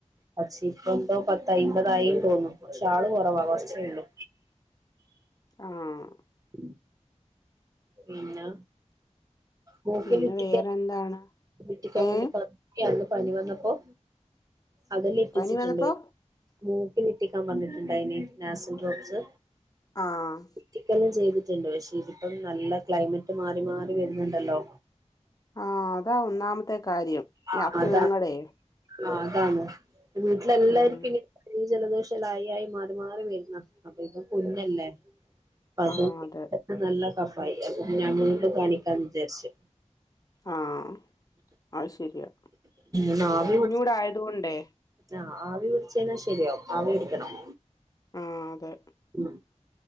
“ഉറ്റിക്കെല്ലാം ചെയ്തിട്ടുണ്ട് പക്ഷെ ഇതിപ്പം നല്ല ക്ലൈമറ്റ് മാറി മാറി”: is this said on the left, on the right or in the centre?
Right